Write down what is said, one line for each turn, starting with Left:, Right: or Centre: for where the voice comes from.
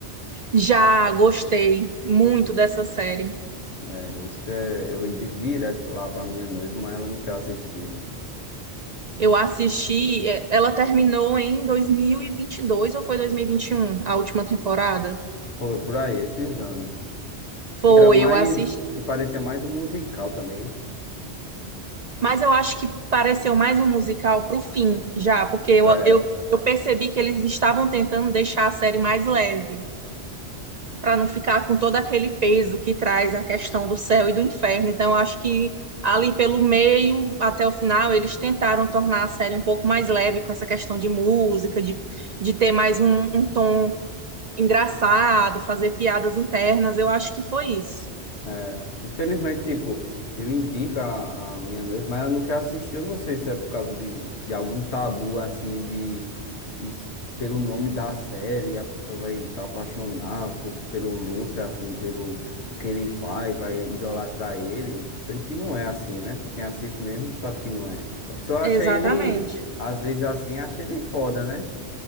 Right: Já gostei muito dessa série.
Left: É, Lucifer, eu indico direto lá pra minha noiva, mas ela não quer assistir.
Right: Eu assisti, eh, ela terminou em dois mil e e vinte e dois ou foi dois mil e e vinte e um? a última temporada?
Left: Foi por aí, esses anos.
Right: Foi,
Left: Que era mais,
Right: eu assisti.
Left: que parecia mais um musical também.
Right: Mas eu acho que pareceu mais um musical pro fim, já, porque eu,
Left: É.
Right: eu, eu percebi que eles estavam tentando deixar a série mais leve. para não ficar com todo aquele peso que traz a questão do céu e do inferno. Então, eu acho que ali pelo meio até o final, eles tentaram tornar a série um pouco mais leve com essa questão de música, de, de ter mais um, um tom engraçado, fazer piadas internas. Eu acho que foi isso.
Left: É, infelizmente, tipo, eu indico a, a minha noiva, mas ela não quer assistir. Eu não sei se é por causa de, de algum tabu, assim, de, de s- pelo nome da série, a pessoa vai se apaixonar po- pelo Lúcifer, assim, pelo o que ele faz, vai idolatrar ele, sendo que não é assim, né? Pra quem assiste mesmo sabe que não é. A pessoa
Right: Exatamente.
Left: acha ele, às vezes assim, acha ele foda, né?